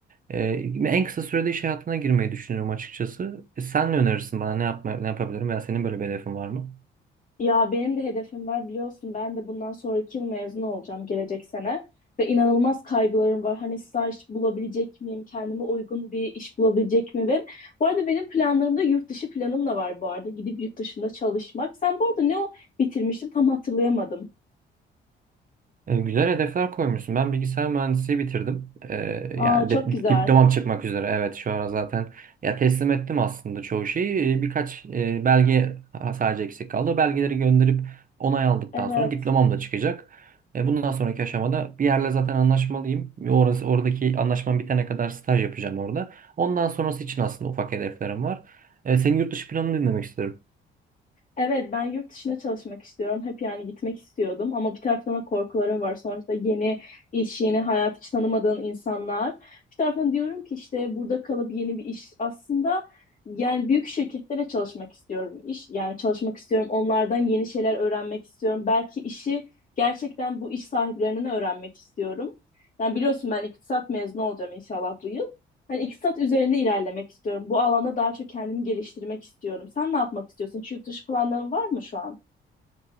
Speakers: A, on the right; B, on the left.
A: Ee, en kısa sürede iş hayatına girmeyi düşünüyorum açıkçası. E, Sen ne önerirsin bana ne yapma, ne yapabilirim veya senin böyle bir hedefin var mı?
B: Ya benim de hedefim var biliyorsun. Ben de bundan sonraki yıl mezun olacağım gelecek sene. Ve inanılmaz kaygılarım var. Hani staj bulabilecek miyim? Kendime uygun bir iş bulabilecek miyim? Ve bu arada benim planlarımda yurt dışı planım da var bu arada. Gidip yurt dışında çalışmak. Sen bu arada ne o bitirmiştin tam hatırlayamadım.
A: E, Güzel hedefler koymuşsun. Ben bilgisayar mühendisliği bitirdim. E,
B: Aa
A: yani
B: çok
A: dip-
B: güzel.
A: diplomam çıkmak üzere. Evet şu ara zaten ya teslim ettim aslında çoğu şeyi. E, Birkaç e, belge sadece eksik kaldı. O belgeleri gönderip onay aldıktan
B: Evet.
A: sonra diplomam da çıkacak. E, bundan sonraki aşamada bir yerle zaten anlaşmalıyım. Orası, oradaki anlaşmam bitene kadar staj yapacağım orada. Ondan sonrası için aslında ufak hedeflerim var. E, senin yurt dışı planını dinlemek isterim.
B: Evet, ben yurt dışına çalışmak istiyorum. Hep yani gitmek istiyordum ama bir taraftan da korkularım var. Sonuçta yeni iş, yeni hayat, hiç tanımadığın insanlar. Bir taraftan diyorum ki işte burada kalıp yeni bir iş. Aslında yani büyük şirketlere çalışmak istiyorum iş. Yani çalışmak istiyorum, onlardan yeni şeyler öğrenmek istiyorum. Belki işi gerçekten bu iş sahiplerinden öğrenmek istiyorum. Yani biliyorsun ben iktisat mezunu olacağım inşallah bu yıl. Hani iktisat üzerinde ilerlemek istiyorum. Bu alanda daha çok kendimi geliştirmek istiyorum. Sen ne yapmak istiyorsun? Hiç yurt dışı planların var mı şu an?